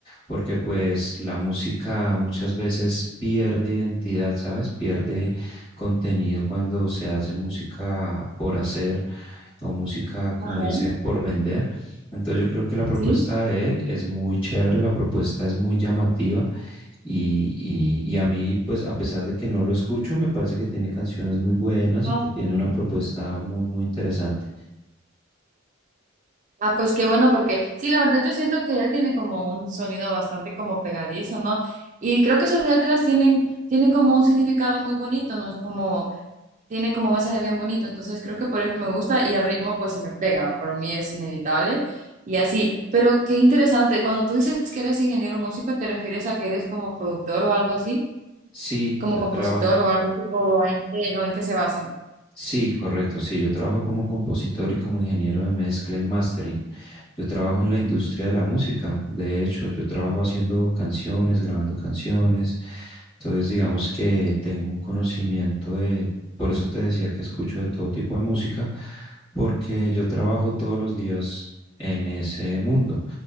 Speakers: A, on the left; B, on the right.
A: porque pues la música muchas veces pierde identidad, ¿sabes? Pierde contenido cuando se hace música por hacer o música, como
B: Ajá,
A: dicen, por vender. Entonces yo creo que la propuesta
B: sí.
A: de él es muy chévere, la propuesta es muy llamativa y, y- y a mí, pues a pesar de que no lo escucho, me parece que tiene canciones muy buenas
B: Ah,
A: y que tiene una propuesta muy, muy interesante.
B: Ah, pues qué bueno, porque sí, la verdad yo siento que él tiene como un sonido bastante como pegadizo, ¿no? Y creo que sus letras tienen, tienen como un significado muy bonito, ¿no? Es como, tiene como un mensaje bien bonito, entonces creo que por eso me gusta y el ritmo pues se me pega, por mí es inevitable y así. Pero qué interesante, cuando tú dices que eres ingeniero músico, ¿te refieres a que eres como productor o algo así?
A: Sí,
B: como
A: yo
B: compositor
A: trabajo,
B: o algo así, o en qué, o en qué se basan?
A: Sí, correcto. Sí, yo trabajo como compositor y como ingeniero de mezcla y mastering. Yo trabajo en la industria de la música. De hecho, yo trabajo haciendo canciones, grabando canciones. Entonces, digamos que tengo un conocimiento de, por eso te decía que escucho de todo tipo de música, porque yo trabajo todos los días en ese mundo